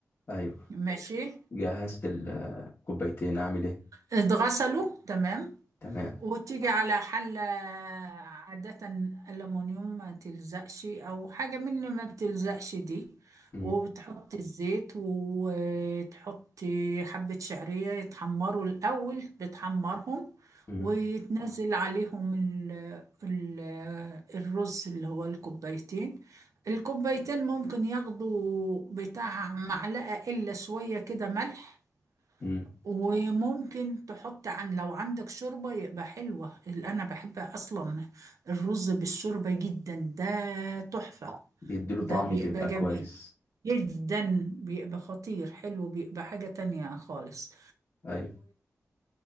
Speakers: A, on the left; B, on the right.
A: ايوه
B: ماشي
A: جهزت الكوبايتين اعمل ايه
B: اتغسلوا تمام
A: تمام
B: وتيجي على حلة عادة ألمونيوم ما تلزقش أو حاجة من ما بتلزقش دي
A: امم
B: وبتحط الزيت وتحط حبة شعرية يتحمروا الأول بتحمرهم
A: امم
B: وتنزل عليهم ال ال الرز اللي هو الكوبايتين الكوبايتين ممكن ياخدوا بتاع معلقة إلا شوية كده ملح
A: امم
B: وممكن تحط عن لو عندك شوربة يبقى حلوة اللي أنا بحبها أصلا الرز بالشوربة جدا ده تحفة
A: بيديله
B: ده
A: طعم
B: بيبقى
A: بيبقى
B: جميل
A: كويس
B: جدا بيبقى خطير حلو بيبقى حاجة تانية خالص
A: ايوه